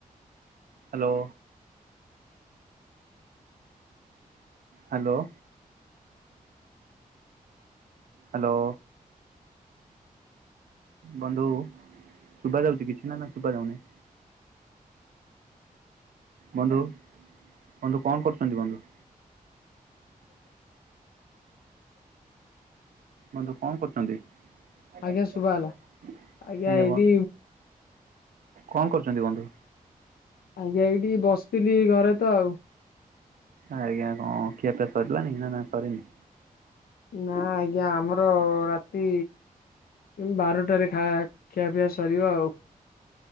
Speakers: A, on the right; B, on the left.
A: Hello. Hello. Hello. ବନ୍ଧୁ ଶୁଭା ଯାଉଛି କିଛି ନା ନା ଶୁଭା ଯାଉନି? ବନ୍ଧୁ ବନ୍ଧୁ କଣ କରୁଛନ୍ତି ବନ୍ଧୁ?
B: <inaudible>
A: ବନ୍ଧୁ କଣ କରୁଛନ୍ତି ଆଜ୍ଞା
B: ଆଜ୍ଞା ଶୁଭା ହେଲା ଆଜ୍ଞା ଏଇଠି
A: ବ କଣ କରୁଛନ୍ତି ବନ୍ଧୁ?
B: ଆଜ୍ଞା ଏଇଠି ବସିଥିଲି ଘରେ ତ ଆଉ।
A: ଆଜ୍ଞା କଣ ଖିଆ ପିଆ ସରିଲାନି ନା ନା ସରିନି?
B: ନା ଆଜ୍ଞା ଆମର ରାତି ବାରଟାରେ ଖା ଖିଆପିଆ ସରିବ ଆଉ